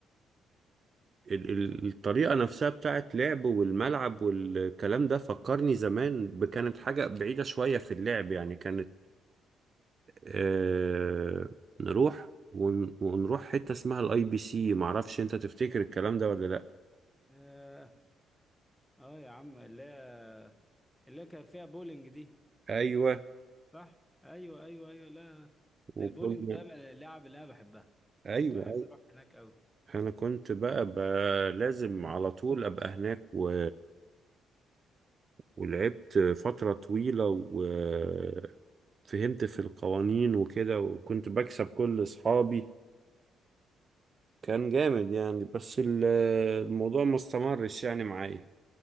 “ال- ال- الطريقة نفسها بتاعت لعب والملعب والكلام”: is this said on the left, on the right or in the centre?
Right